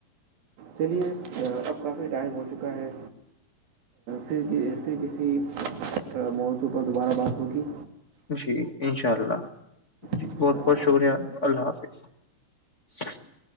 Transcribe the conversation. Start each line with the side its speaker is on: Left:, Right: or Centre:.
Right: چلیے اب کافی ٹائم ہو چکا ہے پھر پھر کسی موضوع پر دوبارہ بات ہوگی
Left: جی انشاء اللہ جی
Right: انشاءاللہ
Left: بہت بہت شکریہ اللہ حافظ <inaudible>